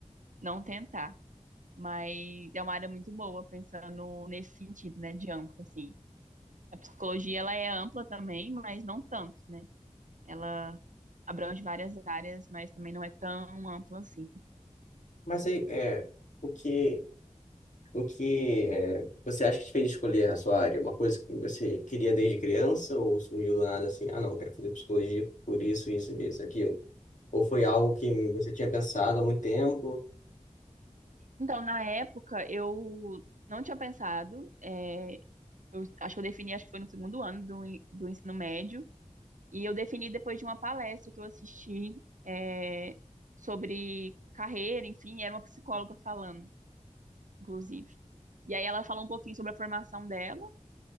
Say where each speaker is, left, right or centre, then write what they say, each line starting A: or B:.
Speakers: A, on the right; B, on the left.
A: não tentar. Mas é uma área muito boa, pensando nesse sentido, né, de amplo, assim. A psicologia, ela é ampla também, mas não tanto, né? Ela abrange várias áreas, mas também não é tão ampla assim.
B: Mas aí, é, o que, o que é, você acha que te fez escolher a sua área? Uma coisa que você queria desde criança ou surgiu do nada assim, ah, não, eu quero fazer psicologia por isso, isso, isso, aquilo? Ou foi algo que você tinha pensado há muito tempo?
A: Então, na época, eu não tinha pensado, é, eu acho que eu defini, acho que foi no segundo ano do, do ensino médio, E eu defini depois de uma palestra que eu assisti é, sobre carreira, enfim, era uma psicóloga falando, inclusive. E aí ela falou um pouquinho sobre a formação dela.